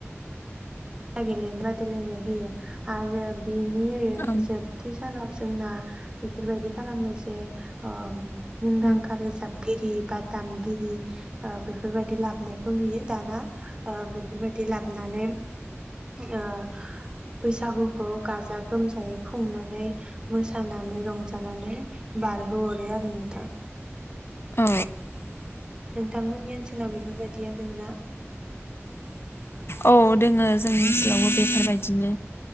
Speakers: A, on the right; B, on the left.
A: <unintelligible> होयो आरो बेनि
B: उम
A: जोबथि नाव जोंना बेफोरबायदि खालामो जे ओ मुंदांखा
B: उम
A: रोजाब रि बादामगिरि ओ बेफोरबायदि लाबनायखौ नुयो दाना ओ बेफोरबायदि लाबोनानै ओ बैसागुखौ गाजा गोमजायै खुंनानै मोसानानै रंजानानै बारहो हरो आरो नोंथां
B: अ
A: नोंथांमोननि ओनसोलाव बेफोरबायदिया दं ना
B: औ दोङो जोंनि ओनसोलावबो बेफोरबायदिनो